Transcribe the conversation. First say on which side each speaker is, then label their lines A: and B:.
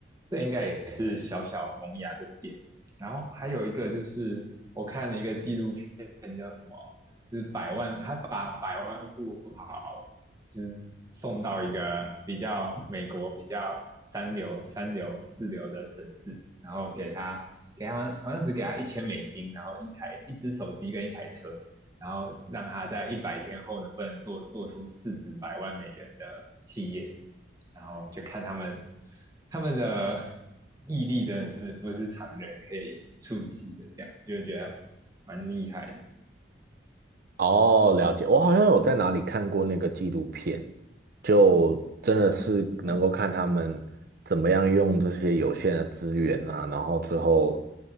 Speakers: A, on the right; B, on the right.
A: 这应该也是小小萌芽的点。然后还有一个就是我看了一个纪录片，叫什么？就是百万，他把百万富好。就是送到一个比较美国比较三流、三流、四流的城市，然后给他给他好像好像只给他一千美金，然后一台一只手机跟一台车，然后让他在一百天后能不能做做出市值百万美元的企业，然后就看他们他们的毅力真的是不是常人可以触及的，这样就觉得蛮厉害的。
B: 哦，了解。我好像有在哪里看过那个纪录片，就真的是能够看他们怎么样用这些有限的资源啊，
A: 嗯，
B: 然后最后